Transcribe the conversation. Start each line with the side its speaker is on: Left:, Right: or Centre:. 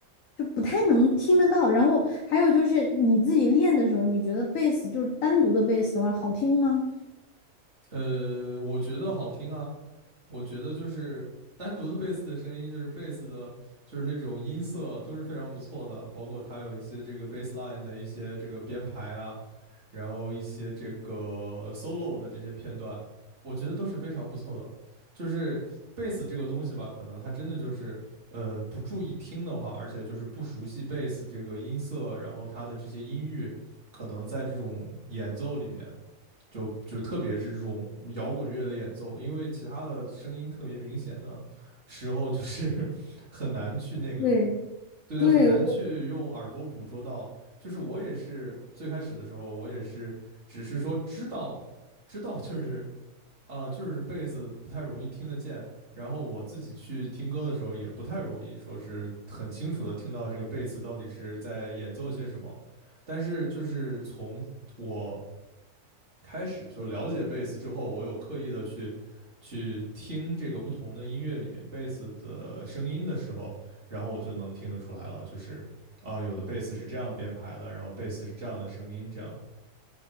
Left: 就不太能听得到。然后还有就是你自己练的时候，你觉得贝斯就是单独的贝斯的话好听吗？
Right: 呃，我觉得好听啊，我觉得就是单独的贝斯的声音，就是贝斯的，就是那种音色都是非常不错的，包括它有一些这个 bass line 的一些这个编排啊，然后一些这个 solo 的这些片段，我觉得都是非常不错的。就是贝斯这个东西吧，可能它真的就是呃不注意听的话，而且就是不熟悉贝斯这个音色，然后它的这些音域，可能在这种演奏里面。就就特别是这种摇滚乐的演奏，因为其他的声音特别明显的时候，就是 <laughs> 很难去那个，
Left: 对
Right: 对对，
Left: 对，
Right: 很难去用耳朵捕捉到。
Left: 我。
Right: 就是我也是最开始的时候，我也是只是说知道知道，就是啊、就是贝斯不太容易听得见。然后我自己去听歌的时候，也不太容易说是很清楚的听到这个贝斯到底是在演奏些什么。但是就是从我开始就了解贝斯之后，我有刻意的去去听这个不同的音乐里面贝斯的声音的时候，然后我就能听得出来了，就是啊，有的贝斯是这样编排的，然后贝斯是这样的声音，这样，